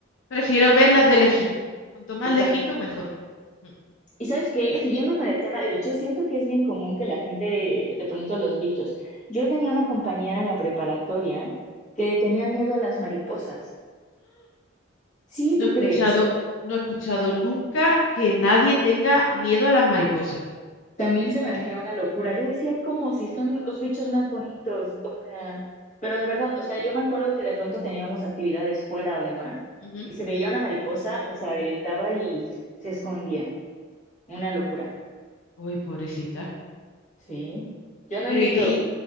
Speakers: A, on the left; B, on the left.
A: prefiero verlas de lejito. Cuanto más
B: Exacto.
A: lejito, mejor. Mm.
B: Y sabes que, siguiendo con el tema de bichos, siento que es bien común que la gente de pronto los bichos. Yo tenía una compañera en la preparatoria que le tenía miedo a las mariposas. Sí,
A: No
B: tú
A: he escuchado,
B: crees.
A: no he escuchado nunca que nadie tenga miedo a las mariposas.
B: También se me hacía una locura. Yo decía, como si son los bichos más bonitos, o sea, pero de verdad, o sea, yo me acuerdo que de pronto teníamos actividades fuera o demás,
A: Ujú.
B: y se veía una mariposa, o sea, gritaba y se escondía. Una locura.
A: Uy, pobrecita.
B: Sí. Yo no
A: Pero
B: entiendo.
A: y que, y,